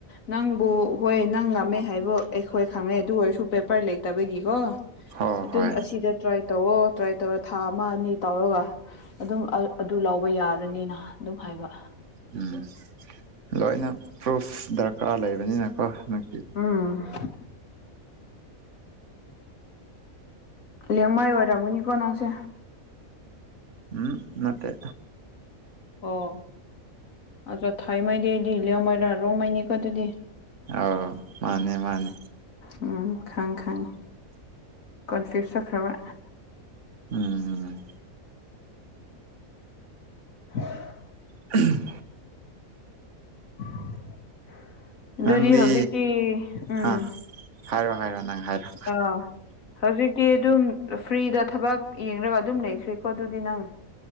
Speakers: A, on the left; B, on the right.
A: ꯅꯪꯕꯨ ꯍꯣꯏ ꯅꯪ ꯉꯝꯃꯦ ꯍꯥꯏꯕꯨ ꯑꯩꯈꯣꯏ ꯈꯪꯉꯦ ꯑꯗꯨ ꯑꯣꯏꯔꯁꯨ ꯄꯦꯄꯔ ꯂꯩꯇꯕꯒꯤꯀꯣ
B: ꯍꯣꯏ
A: ꯑꯗꯨꯝ
B: ꯍꯣꯏ
A: ꯑꯁꯤꯗ ꯇ꯭ꯔꯥꯏ ꯇꯧꯑꯣ ꯇ꯭ꯔꯥꯏ ꯇꯧꯔ ꯊꯥ ꯑꯃ ꯑꯅꯤ ꯇꯧꯔꯒ ꯑꯗꯨꯝ ꯑꯗꯨ ꯂꯧꯕ ꯌꯥꯔꯅꯤꯅ ꯑꯗꯨꯝ ꯍꯥꯏꯕ
B: ꯎꯝ ꯂꯣꯏꯅ ꯄ꯭ꯔꯨꯐ ꯗꯔꯀꯥꯔ ꯂꯩꯕꯅꯤꯅꯀꯣ ꯍꯟꯅꯛꯇꯤ
A: ꯎꯝ ꯂꯦꯡꯃꯥꯏ ꯑꯣꯏꯔꯝꯒꯅꯤꯀꯣ ꯅꯪꯁꯦ
B: ꯎꯝ ꯅꯠꯇꯦ
A: ꯑꯣ ꯑꯆꯥꯥ ꯊꯩ ꯃꯩꯗꯤꯗꯤ ꯂꯦꯎꯃꯥꯏꯔ ꯔꯣꯡꯃꯥꯏꯅꯤ ꯀꯣ ꯑꯗꯨꯤꯗꯤ
B: ꯑꯥꯎ ꯃꯥꯅꯦ ꯃꯥꯅꯦ
A: ꯎꯝ ꯈꯪ ꯈꯪꯉꯤ ꯀꯟꯐ꯭ꯌꯨꯁ ꯆꯈ꯭ꯔꯕ
B: ꯎꯝ ꯎꯝ
A: <inaudible>
B: <unintelligible>
A: <unintelligible> ꯑꯗꯨꯗꯤ
B: ꯅꯪꯗꯤ
A: ꯍꯧꯖꯤꯛꯇꯤ ꯎꯝ
B: ꯍꯥ ꯍꯥꯏꯔꯣ ꯍꯥꯏꯔꯣ ꯅꯪ ꯍꯥꯏꯔꯣ
A: ꯑꯥ ꯍꯧꯖꯤꯛꯇꯤ ꯑꯗꯨꯝ ꯐ꯭ꯔꯤꯗ ꯊꯕꯛ ꯌꯦꯡꯒ ꯑꯗꯨꯝ ꯂꯩꯈ꯭ꯔꯦꯀꯣ ꯑꯗꯨꯗꯤ ꯅꯪ